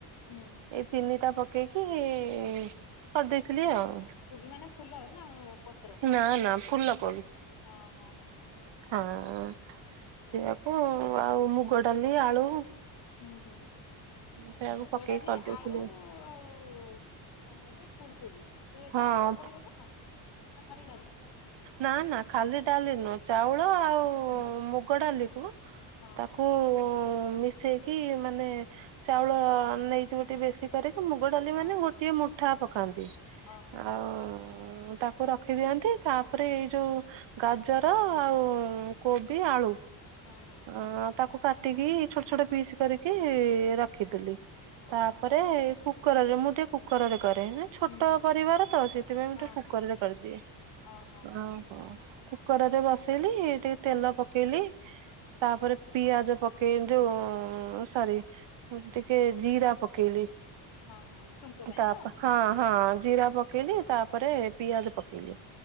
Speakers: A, on the left; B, on the right.
A: ହୁଁ।
B: ଏଇ ତିନିଟା ପକେଇକି କରି ଦେଇଥିଲି ଆଉ।
A: କୋବି ମାନେ ଫୁଲ ନା ପତ୍ର?
B: ନାଁ ନାଁ ଫୁଲ କୋବି।
A: ଓହୋ।
B: ହଁ ସେଇଆକୁ ଆଉ ମୁଗ ଡାଲି, ଆଳୁ।
A: ହୁଁ ହୁଁ
B: ସେଆକୁ
A: ମୁଗ
B: ପକେଇ
A: ଡାଲି,
B: କରିଦେଇଥିଲି
A: ଆଳୁ ଆଉ କଣ କହିଲେ ଫୁଲ୍ କୋବି ସେ
B: ହଁ
A: ଚାଉଳ ପଡିବ ତ? ନା ଖାଲି ଡାଲ୍?
B: ନାଁ ନାଁ ଖାଲି ଡାଲି ନୁହଁ। ଚାଉଳ ଆଉ
A: ହୁଁ
B: ମୁଗ ଡାଲିକୁୁ
A: ହଁ।
B: ତାକୁ
A: ହଁ
B: ମିଶେଇକି, ମାନେ ଚାଉଳ ନେଇଯିବ ଟିକେ ବେଶୀ। କରିକି ମୁଗ ଡାଲି,
A: ହଁ
B: ମାନେ ଗୋଟିଏ ମୁଠା ପକାନ୍ତି
A: ଓହୋ
B: ଆଉ ତାକୁ ରଖିଦିଅନ୍ତି, ତାପରେ
A: ହୁଁ
B: ଏଇ ଯୋଉ ଗାଜର, ଆଉ କୋବି ଆଳୁ।
A: ହଁ ହଁ।
B: ହଁ, ତାକୁ କାଟିକି ଛୋଟ ଛୋଟ ‌ପିସ୍ କରିକି ରଖିଦେଲି।
A: ଓହୋ
B: ତାପରେ କୁକରରେ, ମୁଁ ଟିକେ କୁକରରେ କରେ ନା? ଛୋଟ
A: ହୁଁ ହୁଁ
B: ପରିବାର ତ, ସେଥିପାଇଁ ମୁ
A: ହଁ
B: ଟିକେ କୁକରରେ
A: ହଁ
B: କରିଦିଏ।
A: ଓହୋ
B: ଆ ଅ, କୁକରରେ ବସେଇଲି, ଟିକେ ତେଲ
A: ହୁଁ
B: ପକେଇଲି, ତାପରେ
A: ହୁଁ
B: ପିଆଜ
A: ହୁଁ
B: ପ କେଇ ଯୋଉ ସରି, ଟିକେ ଜିରା ପକେଇଲି।
A: ହଁ ହଁ ଛୁଙ୍କ ପାଇଁ
B: ତାପ
A: ତ
B: ହଁ ହଁ ଜିରା ପକ୍ କେଇଲି, ତାପରେ ପିଆଜ ପକେଇଲି,